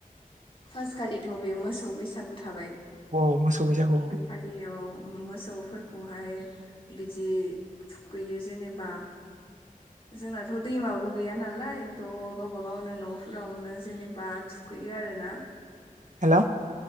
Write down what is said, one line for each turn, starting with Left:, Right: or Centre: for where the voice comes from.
Left: फार्स्टखालिथ' बे मोसौ बैसागु थाबाय।
Right: औ मोसौ बेैसागो।
Left: फालियाव मोसौफोरखौहाय बिदि थुखैयो जेनेबा जोंनाथ' दैमाबो गैया नालाय थ' गावबा गावनो न'फोरावनो जेनेबा थुखैयो आरो ना।
Right: हेल'